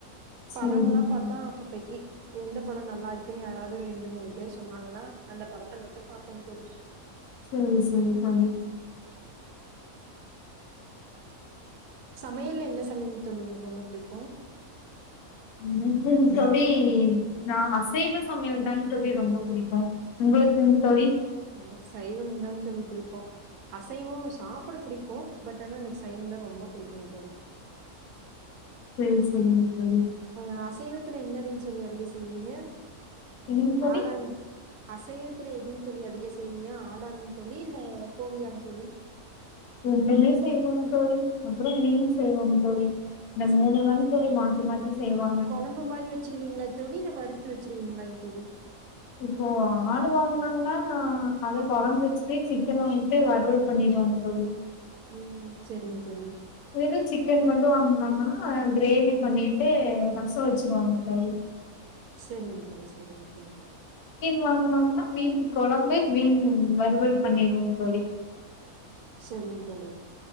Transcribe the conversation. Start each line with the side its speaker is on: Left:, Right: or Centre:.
Left: சேரிங்க
Right: படம்ல்லாம்
Left: தோழி
Right: பாத்தா அப்பப் <unintelligible> எந்த படோ நல்லாருக்குன்னு யாராவது ரெண்டு மூணு பேர் சொன்னாங்கன்னா அந்த படத்த மட்டு பாபேன் தோழி
Left: சேரி சேரி தோழி
Right: சமையல்ல என்ன சமையல் தோழி உங்களுக்கு ரொம்ப புடிக்கு
Left: எனக்குனு தோழி நா அசைவ சமையல் தானு தோழி ரொம்ப புடிக்கும் உங்களுக்குங் தோழி
Right: எனக்கு சைவந்தா தோழி புடிக்கு அசைவோ சாப்புட புடிக்கு பட் ஆனா எனக்கு சைவந்தா ரொம்ப புடிக்குங் தோழி
Left: ம் சேரிங்க தோழி
Right: ஆ அசைவத்துல என்னதுங்ஸ் தோழி அதிக செய்வீங்க
Left: என்னங்க தோழி
Right: ஆடாங்ஸ் அசைவத்துல எதுங் தோழி அதிக செய்வீங்க ஆடாங்க தோழி இல்ல கோழியாங் தோழி
Left: ரெண்டுமே செய்வோங் தோழி அப்பறோ மீன் செய்வோங் தோழி இந்த
Right: சேரி
Left: மூணு தாங்க தோழி மாத்தி மாத்தி செய்வாங்க
Right: இது கொழம்பு மாரி வச்சிருவிங்களா தோழி இல்ல வருத் பிருச்சுருவிங்களாங் தோழி
Left: இப்போ ஆடு வாங்குனாங்கன்னா அதே கொழம்பு வெச்சுட்டு சிக்கன் வாங்கிட்டு வருவல் பண்ணிருவாங்க எப்போமே
Right: ம் சேரிங் தோழி
Left: வெறு சிக்கன் மட்டு வாங்குனாங்கன்னா கிரேவி பண்ணிட்டு ரசோ வெச்சுருவாங்க தோழி
Right: சேரிங் தோழி சேரிங்க தோழி
Left: வாங்குனாங்கன்னா மீன் கொழம்பு மீன் வருவல் பண்ணிருவோங் தோழி
Right: சேரிங் தோழி